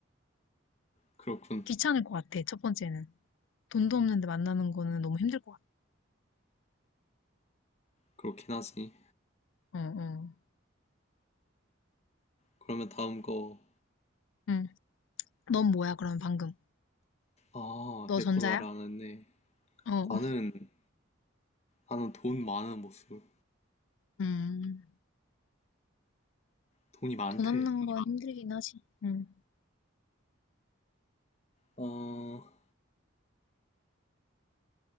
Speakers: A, on the left; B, on the left.
A: 그렇군.
B: 귀찮을 것 같아. 첫 번째는 돈도 없는데 만나는 거는 너무 힘들 것 같아.
A: 그렇긴 하지.
B: 어, 어.
A: 그러면 다음 거.
B: 음, 넌 뭐야, 그럼 방금?
A: 아,
B: 너
A: 내
B: 전자야?
A: 걸 말 안 했네.
B: 어,
A: 나는, 나는 돈 많은 모쏠.
B: 음.
A: 돈이 많대.
B: 돈 없는 건 음, 힘들긴 하지. 응,
A: 어,